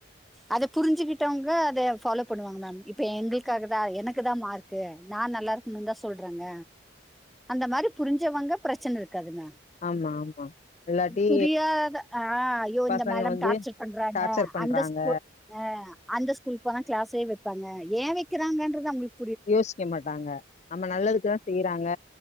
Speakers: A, in the centre; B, on the left.
A: அத புரிஞ்சுகிட்டவுங்க அதயே ஃபாலோ பண்ணுவாங்க மேம் இப்ப எங்களுக்காக தா எனக்கு தா மார்க் க்கு நா நல்லா இருக்கணுன் தா சொல்றாங்க அந்த மாரி புரிஞ்சவங்க ப்ரச்சன இருக்காது மேம்
B: ஆமா ஆமா இல்லாட்டி
A: புரியாத ஆ ஐயோ இந்த
B: பசங்க
A: மேடம்
B: வந்து
A: டார்ச்சர் பண்றாங்க
B: டார்ச்சர் பண்றாங்க
A: அந்த ஸ்கூ ஆ அந்த ஸ்கூலுக்கு போன க்ளாஸே வெப்பாங்க ஏ வெக்கிறாங்கன்றது அவுங்களுக்கு
B: யோசிக்க மாட்டாங்க நம்ம நல்லதுக்கு தா செய் றாங்க